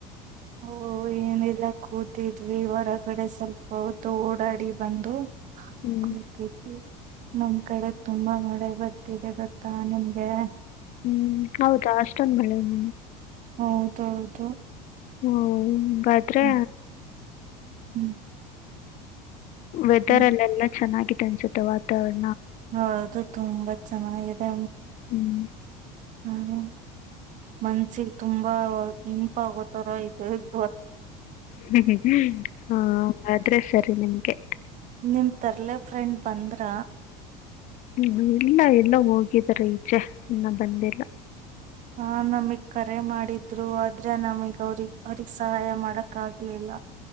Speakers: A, on the right; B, on the left.
A: ಹೊ ಏನಿಲ್ಲ ಕೂತಿದ್ವಿ ಹೊರಗಡೆ ಸ್ವಲ್ಪ ಹೊತ್ತು ಓಡಾಡಿ ಬಂದು
B: ಹ್ಮ್
A: ಕೂತಿದ್ವಿ ನಮ್ ಕಡೆ ತುಂಬಾ ಮಳೆ ಬರ್ತಿದೆ ಗೊತ್ತಾ ನಿಮ್ಗೆ.
B: ಹ್ಮ್ ಹೌದಾ ಅಷ್ಟೊಂದ್ ಮಳೆ ಹ್ಮ್
A: ಹೌದೌದು
B: ಹಾ ಆಮ್ ಆದ್ರೆ
A: ಹ್ಮ್ ಹ್ಮ್
B: ವೆದರ್
A: ಹ್ಮ್
B: ಅಲ್ಲೆಲ್ಲ ಚೆನ್ನಾಗಿತ್ ತ್ ಆನ್ಸುತ್ತೆ ವಾತಾವರಣ
A: ಹೌದು ತುಂಬಾ ಚೆನ್ನಾಗಿದೆ.
B: ಹ್ಮ್
A: ಹ್ಮ್ ಮನ್ಸಿಗೆ ತುಂಬಾ ಇಂಪಾಗೋತರ ಇದೆ ಗೊ
B: ಹ್ಮ ಹ ಹ್ಮ್ ಹಾ ಆದ್ರೆ ಸರಿ ನಿಮ್ಗೆ
A: ನಿಮ್ ತರ್ಲೆ ಫ್ರೆಂಡ್ ಬಂದ್ರ?
B: ಹ್ಮ ಇಲ್ಲ ಎಲ್ಲೋ ಹೋಗಿದ್ದಾರೆ ಈಚೆ ಇನ್ನ ಬಂದಿಲ್ಲ.
A: ಹ ನಮಿಗ್ ಕರೆ ಮಾಡಿದ್ರು ಆದ್ರೆ ನಮಿಗ್ ಅವ್ರ್ಗ್ ಅವ್ರಿಗ್ ಸಹಾಯ ಮಾಡಕ್ ಆಗ್ಲಿಲ್ಲ.